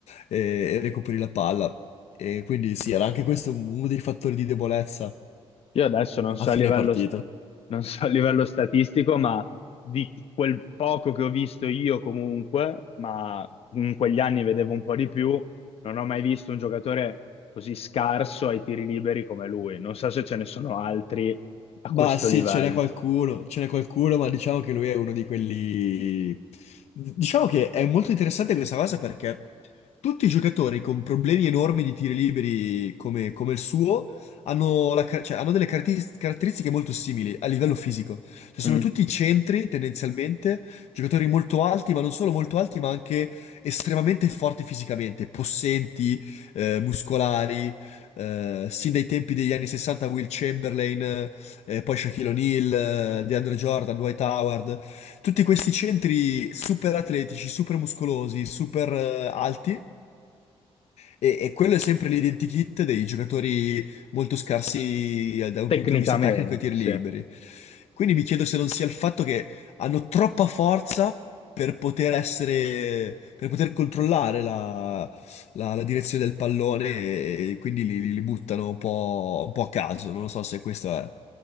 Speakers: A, on the left; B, on the left.
A: e, e recuperi la palla. E quindi sì, era anche questo un- uno dei fattori di debolezza
B: Io adesso non so
A: a fine
B: a livello,
A: partita.
B: sta- non so a livello statistico, ma di quel poco che ho visto io comunque, ma in quegli anni vedevo un po' di più, non ho mai visto un giocatore così scarso ai tiri liberi come lui. Non so se ce ne sono altri a questo
A: Ma sì,
B: livello.
A: ce n'è qualcuno, ce n'è qualcuno, ma diciamo che lui è uno di quelli... Diciamo che è molto interessante questa cosa perché tutti i giocatori con problemi enormi di tiri liberi come, come il suo hanno, la car- cioè, hanno delle caratteri- caratteristiche molto simili a livello fisico. Cioè, sono
B: Mm.
A: tutti centri tendenzialmente, giocatori molto alti, ma non solo molto alti, ma anche estremamente forti fisicamente, possenti, eh, muscolari, eh, sin dai tempi degli anni 60 Will Chamberlain eh, poi Shaquille O'Neal, eh, DeAndre Jordan, Dwight Howard, tutti questi centri super atletici, super muscolosi, super eh, alti e, e quello è sempre l'identikit dei giocatori molto scarsi eh, da un
B: Tecnicamente,
A: punto di vista tecnico e tiri
B: sì.
A: liberi. Quindi mi chiedo se non sia il fatto che hanno troppa forza per poter essere, per poter controllare la, la- la direzione del pallone e, e quindi li, li- li buttano un po', un po' a caso. Non lo so se questa è